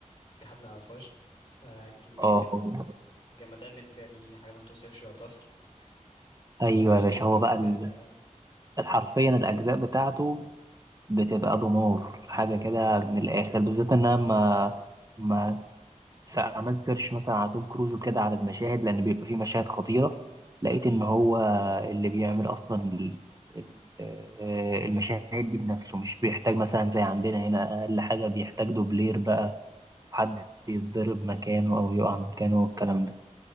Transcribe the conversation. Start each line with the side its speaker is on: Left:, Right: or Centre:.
Left: في حد ما يعرفهاش آه كميه
Right: اه هو-
Left: الجمدان اللي فيها دي حاجه ما تتوصفش يعتبر <laughs>
Right: ايوه
Left: كل جزء
Right: يا باشا
Left: احسن
Right: هو
Left: من
Right: بقى
Left: التاني
Right: ال-
Left: اه
Right: حرفيا الأجزاء بتاعته بتبقى دمار حاجة كده من الآخر بالذات إن أنا ما ما س- عملت سيرش مثلا على توم كروز وكده على المشاهد لأن بيبقى فيه مشاهد خطيرة لقيت إن هو اللي بيعمل أصلا ال- ال- آه، المشاهد دي بنفسه مش بيحتاج مثلا زي عندنا هنا أقل حاجة بيحتاج دوبلير بقى حد يتضرب مكانه أو يقع مكانه والكلام ده